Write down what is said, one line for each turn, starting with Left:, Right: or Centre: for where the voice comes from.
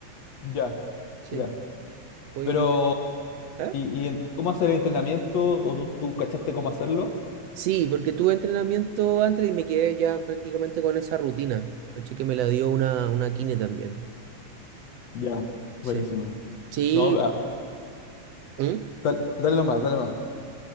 Left: Ya,
Right: Sí,
Left: ya.
Right: voy
Left: Pero,
Right: invitar. ¿Eh?
Left: ¿y, y en- y cómo hacer el entrenamiento? ¿O tú, tú cachaste cómo hacerlo?
Right: Sí, porque tuve entrenamiento antes y me quedé ya prácticamente con esa rutina. Caché que me la dio una, una kine también.
Left: Ya. Buenísimo.
Right: Sí. Sí.
Left: No, ah,
Right: ¿Mm?
Left: dal- dale, nomás, dale nomás. <laughs>